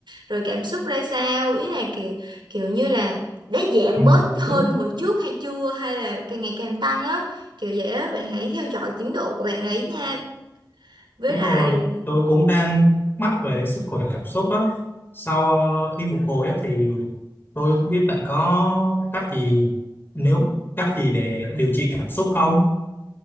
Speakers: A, on the right (about 85°); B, on the left (about 30°).
A: rồi cảm xúc ra sao ý là kiểu kiểu như là đã giảm
B: ừ,
A: bớt hơn
B: đúng
A: hồi trước hay chưa hay là càng ngày càng tăng á kiểu vậy á bạn hãy theo dõi tiến độ của bạn ấy nha với
B: đúng
A: lại
B: rồi tôi cũng đang thắc mắc về sức khỏe cảm xúc á sau ờ, khi phục hồi á thì tôi không biết bạn có cách gì nếu cách gì để điều trị cảm xúc không